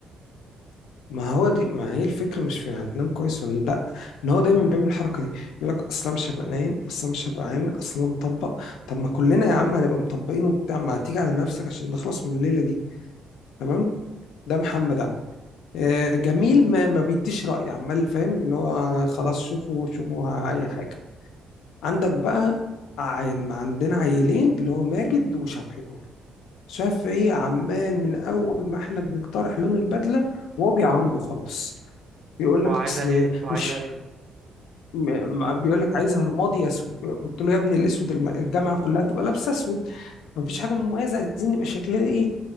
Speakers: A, on the left; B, on the right.
A: ما هو دي ما هي الفكره مش في هتنام كويس ولا لا ان هو دايما بيعمل الحركه دي يقول لك اصل أنا مش هبقى نايم اصل أنا مش هبقى عامل اصل أنا مطبق طب ما كلنا يا عم هنبقى مطبقين وبتاع ما تيجي على نفسك عشان نخلص من الليله دي تمام ده محمد عم آه جميل ما, ما بيديش رأي عمال فاهم اللي هو خلاص شوفوا شوفوا اي حاجه عندك بقى عن عندنا عيلين اللي هو ماجد وشفحي دول شفعي عمال من اول ما احنا بنقترح لون البدله وهو بيعارضه خلاص بيقول لك
B: هو عايزها
A: اصل
B: ايه هو عايزها
A: مش
B: ايه
A: م- ما بيقول لك عايزها رمادي اسود قلت له يا ابني الاسود الم- الجامعه كلها تبقى لابسه اسود مفيش حاجه مميزه عايزين يبقى شكلنا ايه